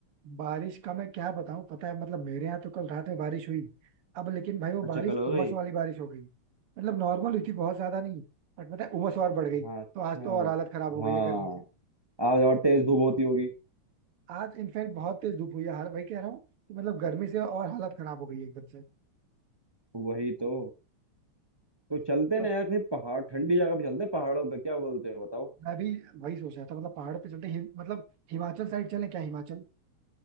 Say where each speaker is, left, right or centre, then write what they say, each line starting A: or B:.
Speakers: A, on the right; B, on the right.
A: बारिश का मैं क्या बताऊँ पता है मतलब मेरे यहाँ तो कल रात में बारिश हुई अब लेकिन भाई वो
B: अच्छा
A: बारिश
B: कल हो
A: उमस
B: गई
A: वाली बारिश हो गई मतलब नॉर्मल हुई थी बहुत ज्यादा नहीं बट पता है उमस और बढ़ गई तो
B: हाँ अच्छा
A: आज तो और हालत खराब हो
B: हाँ
A: गई है गर्मी से
B: आज और तेज धूप होती होगी
A: आज इनफैक्ट बहुत तेज धूप हुई है हाल वही कह रहा हूँ कि मतलब गर्मी से और हालत खराब हो गई है एकदम से
B: वही तो तो चलते
A: तो
B: ना यार कहीं पहाड़ ठंडी जगह पे चलते हैं, पहाड़ों पे क्या बोलते हो बताओ
A: मैं भी वही सोच रहा था मतलब पहाड़ पे चलते हिम, मतलब हिमाचल साइड चलें क्या हिमाचल